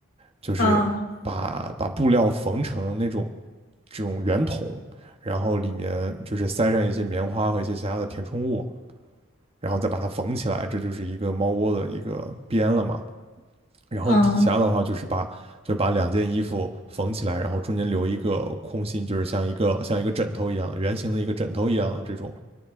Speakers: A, on the right; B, on the left.
A: 就是把把布料缝成那种
B: 嗯
A: 这种圆筒，然后里面就是塞上一些棉花和一些其他的填充物，然后再把它缝起来，这就是一个猫窝的一个边了嘛。然后底下的话就是把就把两件衣服缝起来，
B: 嗯嗯
A: 然后中间留一个空心，就是像一个像一个枕头一样的圆形的一个枕头一样的这种